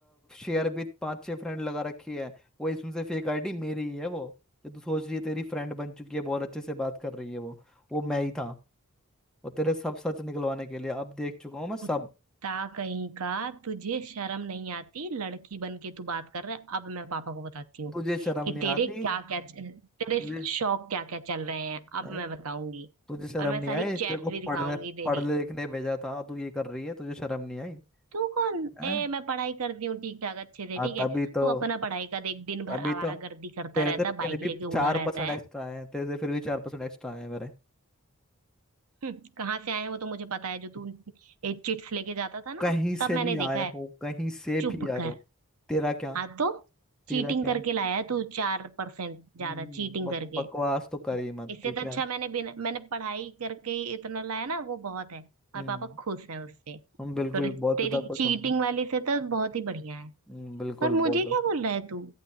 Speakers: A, in the centre; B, on the right (about 75°).
A: शेयर भी पांच छह फ्रेंड लगा रखी है वो इसमें से फेक आईडी मेरी ही है वो जो तू सोच रही है तेरी फ्रेंड बन चुकी है बहुत अच्छे से बात कर रही है वो वो मैं ही था और तेरे सब सच निकलवाने के लिए अब देख चुका हूँ मैं सब
B: कुत्ता कहीं का तुझे शर्म नहीं आती लड़की बन के तू बात कर रहा है अब मैं पापा को बताती हूँ
A: तुझे शर्म
B: कि
A: नहीं
B: तेरे
A: आती
B: क्या क्या तेरे
A: तुझे
B: शौक क्या क्या चल रहे हैं अब
A: हैं?
B: मैं बताऊंगी
A: तुझे शर्म
B: और मैं
A: नहीं
B: सारी
A: आई तेरे
B: चैट्स
A: को पढ़ने
B: भी दिखाऊंगी तेरी
A: पढ़ने लिखने भेजा था और तू ये कर रही है तुझे शर्म नहीं आई
B: तू कौन
A: हैं?
B: ए मैं पढ़ाई करती हूँ ठीक ठाक अच्छे से
A: हाँ
B: ठीक है
A: तभी तो
B: तू अपना पढ़ाई का देख दिन भर
A: तभी
B: आवारागर्दी
A: तो
B: करता
A: तेरे
B: रहता
A: से फिर
B: है बाइक
A: भी
B: लेके उड़ा
A: चार
B: रहता
A: परसेंट
B: है
A: एक्स्ट्रा आए हैं तेरे से फिर भी चार परसेंट एक्स्ट्रा आए हैं मेरे
B: हम्म, कहाँ से आए हैं वो तो मुझे पता है जो तू चिट्स लेके जाता था ना
A: कहीं से
B: सब मैंने
A: भी
B: देखा
A: आए
B: है
A: हो कहीं से
B: चुप
A: भी आए
B: कर
A: हो तेरा क्या
B: हाँ तो
A: तेरा
B: चीटिंग
A: क्या
B: करके लाया है तू चार परसेंट ज्यादा
A: हम्म,
B: चीटिंग
A: बक,
B: करके
A: बकवास तो करी मत
B: इससे
A: ठीक
B: तो अच्छा
A: है
B: मैंने बिना मैंने पढ़ाई करके ही इतना लाया ना वो बहुत है
A: हम्म
B: और पापा खुश हैं उससे
A: हम बिल्कुल
B: तो रि-
A: बहुत
B: तेरी
A: ज्यादा खुश
B: चीटिंग
A: होंगे
B: वाली से तो बहुत ही बढ़िया है
A: हम्म बिल्कुल
B: पर मुझे
A: बहुत ज्यादा।
B: क्या बोल रहा है तू